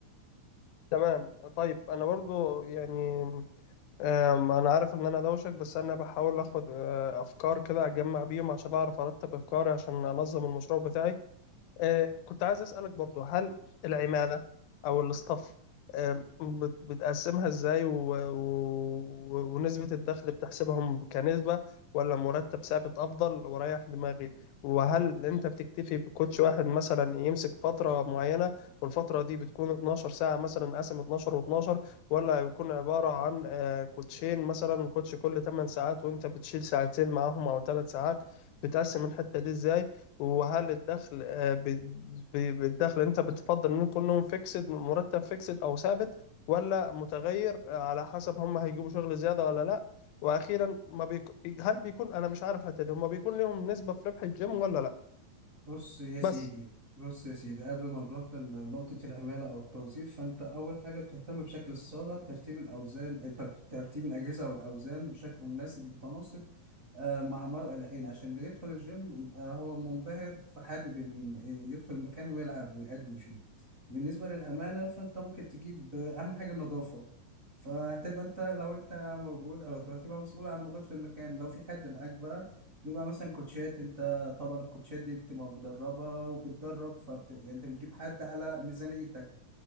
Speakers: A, on the left; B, on the right.
A: تمام طيب انا برضو يعني أم، انا عارف ان انا دوشك بس انا بحاول اخد أه، افكار كده اجمع بيهم عشان اعرف ارتب افكاري عشان انظم المشروع بتاعي آه، كنت عايز أسألك برضو هل العمالة أو الاستاف آه، بت- بتقسمها إزاي و... و... ونسبة الدخل بتحسبهم كنسبة ولا مرتب ثابت أفضل وريح دماغي وهل أنت بتكتفي بكوتش واحد مثلا يمسك فترة معينة والفترة دي بتكون 12 ساعة مثلا قسم 12 و12 ولا بيكون عبارة عن آه، كوتشين مثلا كوتش كل 8 ساعات وأنت بتشيل ساعتين معاهم أو 3 ساعات بتقسم الحتة دي إزاي وهل الدخل آه، ب- ب- بالدخل انت بتفضل ان كلهم فيكسد مرتب فيكسد او ثابت ولا متغير آه، على حسب هم هيجيبوا شغل زيادة ولا لا واخيرا ما بيك... هل بيكون انا مش عارف الحتة دي هم بيكون لهم نسبة في ربح الجيم ولا لا
B: بص يا سيدي
A: بس
B: بص يا سيدي قبل ما نروح لنقطة العمالة أو التوظيف فأنت أول حاجة بتهتم بشكل الصالة ترتيب الأوزان الت- ترتيب الأجهزة والأوزان بشكل مناسب متناسق آه، مع مرء العين عشان اللي يدخل الجيم يبقى هو منبهر فحابب إن آه، يدخل المكان ويلعب ويأدي فيه بالنسبة للعمالة فأنت ممكن تجيب آه، أهم حاجة النظافة فهتبقى أنت لو أنت موجود أو هتبقى مسؤول عن نظافة المكان لو في حد معاك بقى بيبقى مثلا كوتشات انت طبعا الكوتشات دي بتبقى مدربة وبتدرب فبت... يعني انت بتجيب حد على ميزانيتك